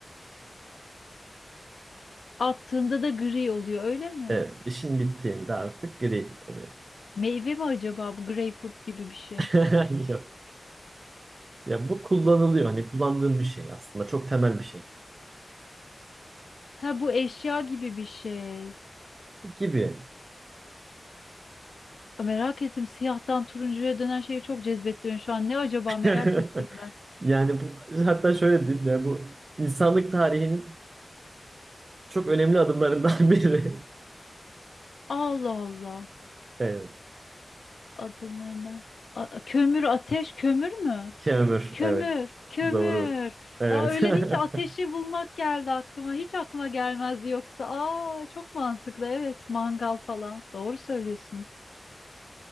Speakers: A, on the left; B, on the right.
A: Attığında da gri oluyor öyle mi?
B: Evet, işin bittiğinde artık gri oluyor.
A: Meyve mi acaba bu greyfurt gibi bir şey?
B: <laughs> Yok. Ya bu kullanılıyor. Hani kullandığın bir şey aslında. Çok temel bir şey.
A: Ha bu eşya gibi bir şey.
B: Gibi.
A: Merak ettim siyahtan turuncuya dönen şeyi çok cezbetti beni şu an. Ne acaba
B: <laughs>
A: merak ettim ben.
B: Yani bu hatta şöyle diyeyim ya bu insanlık tarihinin Çok önemli adımlarından <laughs> biri.
A: Allah Allah.
B: Evet.
A: adımlarına. A- kömür, ateş, kömür mü?
B: Kemür.
A: Kömür,
B: Evet.
A: kömür.
B: Doğru. Evet.
A: Ya öyle deyince ateşi
B: <laughs>
A: bulmak geldi aklıma. Hiç aklıma gelmezdi yoksa. Aa, çok mantıklı. Evet, mangal falan. Doğru söylüyorsun.